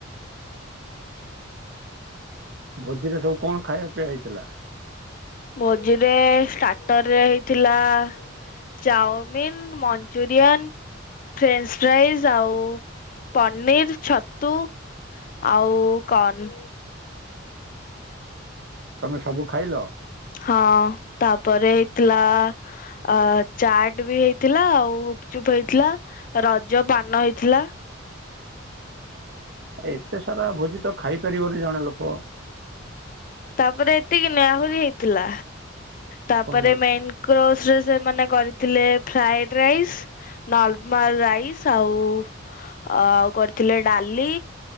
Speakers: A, on the right; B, on the left.
A: ଭୋଜିରେ ସବୁ କଣ ଖାଇବା ପିଇବା ହେଇଥିଲା?
B: ଭୋଜିରେ ଷ୍ଟାର୍ଟରରେ ହେଇଥିଲା ଚାଓମିିନ୍ ମଞ୍ଚୁରିୟନ ଫ୍ରେଞ୍ଚ୍ ଫ୍ରାଇଜ୍ ଆଉ-ଉ ପନିର ଛତୁ। ଆଉ କର୍ଣ୍ଣ।
A: ତମେ ସବୁ ଖାଇଲ?
B: ହଁଅ ତାପରେ ହେଇଥିଲା ଅ-ଅ ଚାଟ୍ ବି ହେଇଥିଲା ଆଉ ଗୁପଚୁପ ହେଇଥିଲା ରଜ ପାନ ହେଇଥିଲା।
A: ଏତେ ସାରା ଭୋଜି ତ ଖାଇ ପାରିବନି ଜଣେ ଲୋକ।
B: ତାପରେ ଏତିକି ନୁହେଁ ଆହୁରି ହେଇଥିଲା, ତାପରେ
A: କଣ
B: ମେନ୍ କ୍ରୋସରେ ସେମାନେ କରିଥିଲେ ଫ୍ରାଏଡ୍ ରାଇସ୍ ନର୍ମାଲ ରାଇସ୍ ଆଉ-ଆଉ କରିଥିଲେ ଡାଲି